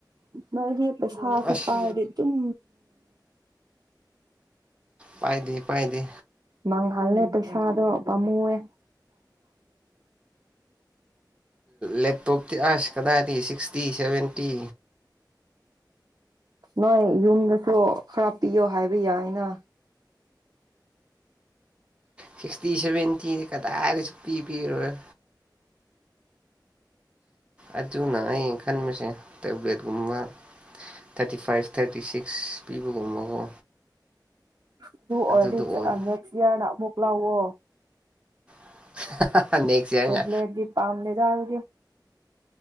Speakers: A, on the right (about 50°); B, on the right (about 15°).
A: ꯃꯥꯒꯤ ꯄꯩꯁꯥꯁꯨ
B: ꯑꯁ
A: ꯄꯥꯏꯔꯗꯤꯦ ꯑꯗꯨꯝ
B: ꯄꯥꯏꯗꯤ ꯄꯥꯏꯗꯤ
A: ꯃꯥꯡꯍꯜꯂꯦ ꯄꯩꯁꯥꯗꯣ ꯄꯥꯝꯃꯨꯑꯦ
B: ꯂꯦꯞꯇꯣꯞ ꯊ ꯑꯁ ꯀꯗꯥꯗꯤ ꯁꯤꯛꯁꯇꯤ ꯁꯕꯦꯟꯇꯤ
A: ꯅꯣꯏ ꯌꯨꯝꯗꯁꯨ ꯈꯔ ꯄꯤꯌꯣ ꯍꯥꯏꯕ ꯌꯥꯏꯅ
B: ꯁꯤꯛꯁꯇꯤ ꯁꯦꯚꯦꯟꯇꯤꯗꯤ ꯀꯗꯥꯏꯗ ꯁ ꯄꯤ ꯄꯤꯔꯣꯏ ꯑꯗꯨꯅ ꯑ ꯈꯟꯕꯁꯦ ꯇꯦꯕ꯭ꯂꯦꯠꯀꯨꯝꯕ ꯊꯥꯔꯇꯤ ꯐꯥꯏꯚ ꯊꯥꯔꯇꯤ ꯁꯤꯛꯁ ꯄꯤꯕꯒꯨꯝꯕꯀꯣ
A: ꯑꯗꯨ
B: ꯑꯗꯨꯗꯣ
A: ꯑꯣꯗꯤꯠ
B: ꯑꯣꯏꯅ
A: ꯅꯦꯛꯁꯔ ꯃꯣꯛꯂ ꯑꯣ
B: <unintelligible> ꯏꯌꯥꯔ
A: ꯇꯕ꯭ꯂꯦꯠꯗꯤ
B: ꯉꯥꯏ
A: ꯄꯥꯝ ꯂꯩꯗꯗ